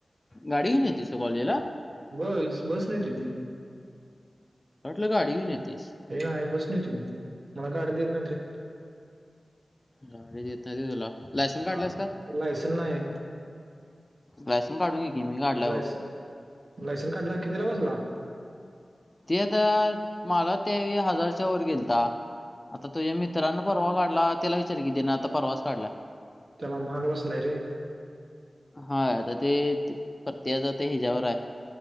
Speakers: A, on the left (about 25°); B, on the right (about 60°).
A: गाडीन येतयस तू कॉलेजला
B: बस बसणं येतोय मी
A: वाटलं गाडी घ्युन येतयस
B: हे नाय बस न येतोय मी मला गाडी देत नाहित रे
A: गाडी देत नाहित व्हय तुला लायसन काढलायस
B: हा
A: का
B: लायसन नाही
A: लायसन काढून घे की मी काढलय
B: लायसन
A: बग
B: लायसन काढला कितीला बसला?
A: ते आता मला त्या येळी हजारच्या वर गेलता आता तुझ्या मित्रांना परवा काढला त्याला विचार की तेन आता परवाच काढलाय.
B: तेला महाग बसलाय रे!
A: हा आता ते ते प्रत्येकाचं ते हेज्यावरय